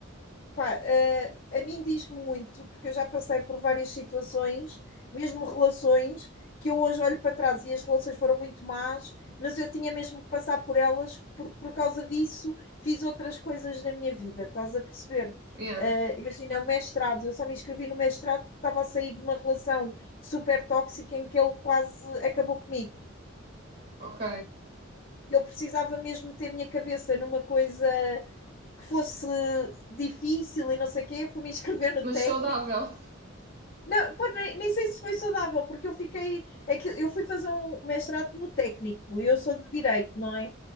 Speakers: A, on the left; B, on the right.
A: Pá, eh, a mim diz-me muito, porque eu já passei por várias situações, mesmo relações, que eu hoje olho para trás e as relações foram muito más, mas eu tinha mesmo que passar por elas, por, por causa disso fiz outras coisas na minha vida, estás a perceber?
B: Yeah,
A: Eh, imagina, o mestrado, eu só me inscrevi no mestrado porque estava a sair de uma relação super tóxica em que ele quase acabou comigo.
B: ok.
A: E eu precisava mesmo ter minha cabeça numa coisa que fosse difícil e não sei o quê, fui me inscrever no
B: Mas
A: técnico.
B: saudável.
A: Não, pá, nem, nem sei se foi saudável, porque eu fiquei. É que eu fui fazer um um mestrado no técnico e eu sou de direito, não é?